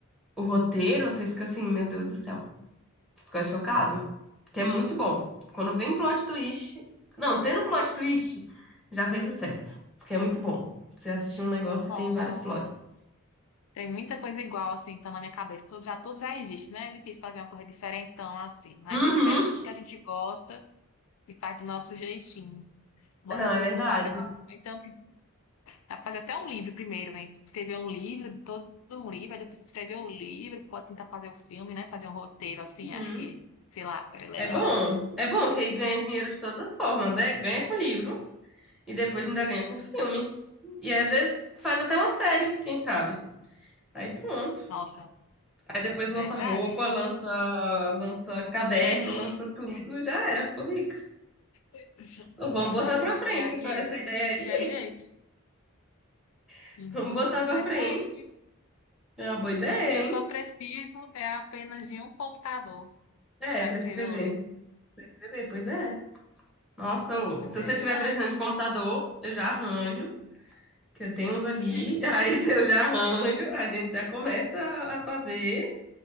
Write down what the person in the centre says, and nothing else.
o roteiro, você fica assim, meu Deus do céu. Ficou chocado? Que é muito bom. Quando vem plot twist. Não, tendo plot twist, já fez sucesso. Porque é muito bom. Você assistir um negócio
que tem vários plots.
Uhum.
Não, é
verdade.
Uhum.
É bom. É bom que aí ganha dinheiro de todas as formas, né? Ganha com livro e depois ainda ganha com filme. E às vezes faz até uma série, quem sabe? Aí pronto.
Aí depois
lança roupa, lança, lança caderno,
lança tudo. Já era, ficou rica.
Então,
Vamos botar pra frente
essa,
essa ideia
aí
<laughs>
Vamos botar pra
frente. É uma boa ideia,
hein?
É,
pra
escrever.
Pra escrever, pois é. Nossa, ô,
se
você tiver precisando de computador, eu já arranjo, que eu tenho uns ali. <laughs> Aí eu já arranjo, a gente já começa a a fazer.